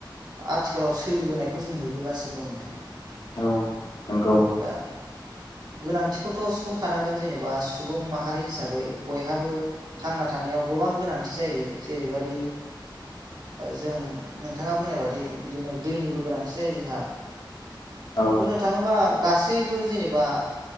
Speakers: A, on the right; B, on the left.
A: आथिखालाव सोलिबोनायखौ जों नुबोगासिनो दं नोंथां।
B: औ नंगौ।
A: दा गोनांथिखौथ' सुफुंखानांगोन जेनेबा सुबुं माहारि हिसाबै बयहाबो थांना थानाय गोबां गोनांथि जायो जेरैबायदि जों नोंथाङा बुंनाय बादि बिदिनो दैनिबो गोनांथि जायो जोंहा।
B: औ
A: बुंनो थाङोबा गासैबो जेनेबा